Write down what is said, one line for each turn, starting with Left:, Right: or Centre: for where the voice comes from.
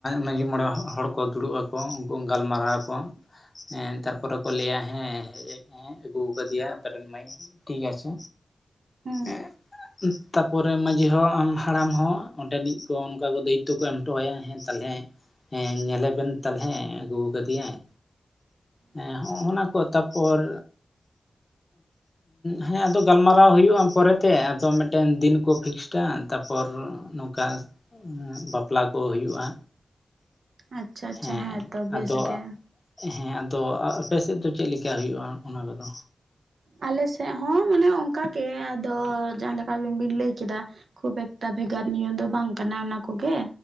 Left: ᱢᱟᱺᱡᱷᱤ ᱢᱚᱬᱮ ᱦᱚᱲ ᱠᱚ ᱫᱩᱲᱩᱵ ᱟᱠᱚ ᱩᱱᱠᱩ ᱜᱟᱞᱢᱟᱨᱟᱣ ᱟᱠᱚ᱾ ᱦᱮᱸ ᱛᱟᱨᱯᱚᱨᱮ ᱠᱚ ᱞᱟᱹᱭᱟ ᱦᱮᱸ᱾ ᱦᱮᱸ ᱟᱹᱜᱩ ᱠᱟᱫᱮᱭᱟ ᱟᱯᱮ ᱨᱮᱱ ᱢᱟᱭ ᱴᱷᱤᱠ ᱟᱪᱷᱮ
Right: ᱦᱮᱸ
Left: ᱦᱮᱸᱼᱼ ᱛᱟᱯᱚᱨᱮ ᱢᱟᱺᱡᱷᱤ ᱦᱚᱲ ᱟᱢ ᱦᱟᱲᱟᱢ ᱦᱚᱸ ᱚᱸᱰᱮᱱᱤᱡ ᱠᱚ ᱚᱱᱠᱟ ᱠᱚ ᱫᱟᱭᱤᱛᱛᱚ ᱠᱚ ᱮᱢ ᱦᱚᱴᱚᱣᱟᱭᱟ ᱦᱮᱸ ᱛᱟᱦᱚᱞᱮᱼᱼ ᱦᱮᱸ ᱧᱮᱞᱮ ᱵᱮᱱ ᱛᱟᱦᱚᱞᱮ ᱟᱹᱜᱩ ᱠᱟᱫᱮᱭᱟᱭ᱾ ᱦᱮᱸ ᱦᱚᱜᱼ ᱱᱟ ᱠᱚ ᱛᱟᱨᱯᱚᱨᱼᱼ ᱦᱮᱸ ᱟᱫᱚ ᱜᱟᱞᱢᱟᱨᱟᱣ ᱦᱩᱭᱩᱜᱼᱟ ᱯᱚᱨᱮᱛᱮ ᱟᱫᱚ ᱢᱤᱫᱴᱮᱱ ᱫᱤᱱ ᱠᱚ ᱯᱷᱤᱠᱥᱼᱼ ᱟᱪᱪᱷᱟ ᱛᱟᱯᱚᱨ ᱱᱚᱝᱠᱟ ᱵᱟᱯᱞᱟ ᱠᱚ ᱦᱩᱭᱩᱜᱼᱟ᱾
Right: ᱟᱪᱪᱷᱟ ᱟᱪᱪᱷᱟ
Left: ᱦᱮᱸ
Right: ᱦᱮᱸᱛᱚ ᱵᱮᱥ
Left: ᱟᱫᱚ
Right: ᱜᱮ᱾
Left: ᱦᱮᱸ ᱟᱫᱚ ᱟᱯᱮ ᱥᱮᱫ ᱫᱚ ᱪᱮᱫᱞᱮᱠᱟ ᱦᱩᱭᱩᱜᱼᱟ ᱚᱱᱟ ᱠᱚᱫᱚ?
Right: ᱟᱞᱮ ᱥᱮᱫ ᱦᱚᱸ ᱢᱟᱱᱮ ᱚᱱᱠᱟᱜᱮ ᱟᱫᱚ ᱡᱟᱦᱟᱸ ᱞᱮᱠᱟ ᱟᱵᱤᱱ ᱵᱤᱱ ᱞᱟᱹᱭ ᱠᱮᱫᱟ, ᱠᱷᱩᱵ ᱮᱠᱴᱟ ᱵᱷᱮᱜᱟᱨ ᱱᱤᱭᱚᱢ ᱫᱚ ᱵᱟᱝ ᱠᱟᱱᱟ ᱚᱱᱟ ᱠᱚᱜᱮ᱾